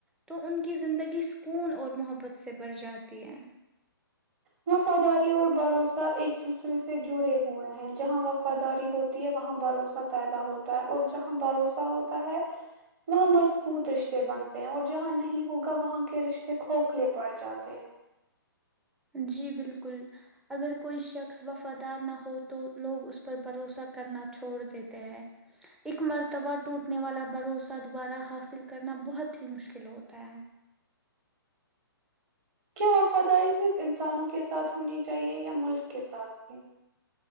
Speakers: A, in the centre; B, on the right.
A: تو ان کی زندگی سکون اور محبت سے بر جاتی د ہیں
B: وفاداری اور بھروسہ ایک دوسرے سے جڑے ہوئے ہیں جہاں وفاداری ہوتی ہے وہاں بھروسہ پیدا ہوتا ہے اور جہاں بھروسہ ہوتا ہے وہاں مضبوط رشتے بنتے ہیں اور جہاں نہیں ہوگا وہاں کے رشتے کھوکھلے پڑ جاتے ہیں
A: جی بالکل اگر کوئی شخص وفادار نہ ہو تو لوگ اس پر بھروسہ کرنا چھوڑ دیتے ہیں اک مرتبہ ٹوٹنے والا بھروسہ دوبارہ حاصل کرنا بہت ہی مشکل ہوتا ہے
B: کیا وفاداری صرف انسانوں کے ساتھ ہونی چاہیئے یا ملک کے ساتھ بھی